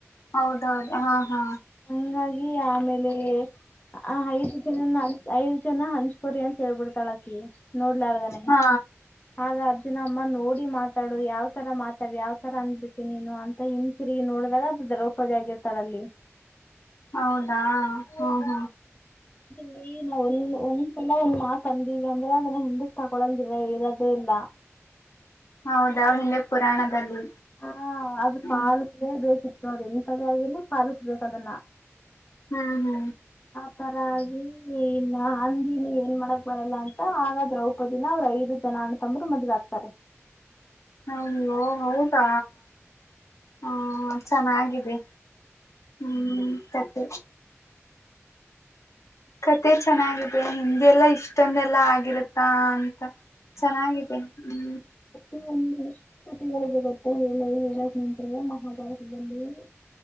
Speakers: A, on the left (about 75°); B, on the left (about 30°).
A: ಹೌದ ಹೌದ ಹಾ ಹಾ
B: ಹಂಗಾಗಿ ಆಮೇಲೆ ಆ ಹೆದು ಜನನ ಐದ ಜನ ಹಂಚ್ಕ ಕೊರಿ ಅಂತ ಹೇಳ್ಬಿಡ್ತಾಳ ಆಕಿ ನೋಡ್ಲಾರ್ದಾನೆ
A: ಹಾ
B: ಆಗ ಅರ್ಜುನ ಅಮ್ಮ ನೋಡಿ ಮಾತ ಮಾತಾಡು ಯಾವ ತರ ಮಾತಾಡಲಿ ಯಾವ ತರ ಅಂದ್ಬಿಟ್ಟು ನೀನು ಅಂತ ಹಿಂದ ತಿರುಗಿ ನೋಡಿದಾಗ ಅದು ದ್ರೌಪದಿ ಆಗಿರ್ತಾಳ ಅಲ್ಲಿ. <unintelligible>
A: ಹೌದಾ ಹ ಹ
B: ನೀ ಮೋಲಿನು ಒಂದ್ಸಲ ಒಂದ್ ಮಾತ್ ಅಂದಲ ಅಂದ್ರ ಅದನ್ನ ಹಿಂದಕ್ ತಕೊಳಂಗಿಲ್ಲ ಇರದೇ ಇಲ್ಲ?
A: ಹೌದಾ ಹಿಂದೆ ಪುರಾಣದಲ್ಲಿ,
B: ಹಾ ಅದು
A: ಹ್ಮ್
B: ಪಾಲಿಸಲೇ ಬೇಕಿತ್ತು ಅದು ಈ ಪದ ಆಗಿರಲಿ ಪಾಲಿಸಬೇಕ್ ಅದನ್ನ
A: ಹು ಹು
B: ಇತರ ಆಗಿ ಏ ಇಲ್ಲ ಹಂದೀ ನೀ ಏನ್ ಮಾಡಕ್ ಬರಲ್ಲ ಅಂತ ಆಗ ದ್ರೌಪದಿನ ಅವ್ರ ಐದು ಜನ ಅಣ್ಣತಂಬರು ಮದುವೆ ಆಗ್ತಾರೆ.
A: ಅಯ್ಯೋ ಹೌದಾ? ಹ ಚೆನ್ನಾಗಿದೆ ಹು ಸದ್ದೇ, ಕತೆ ಚೆನ್ನಾಗಿದೆ ಹಿಂದಿಲ್ಲಾ ಇಷ್ಟಂದೆಲ್ಲಾ ಆಗಿರತ್ತಾ. ತ್ತ ಚೆನ್ನಾಗಿದೆ ಹೂ
B: ಈ ಒಂದರ ಎಷ್ಟ ಹೊತ್ತಿಗೆ ಏಳುದು ಗೊತ್ತಾ ಹೇಳ್ಳೆ ಹೇಳಕ್ ನಿಂತರೆ ಮಹಾಭಾರತ ಈಗ ನೋವು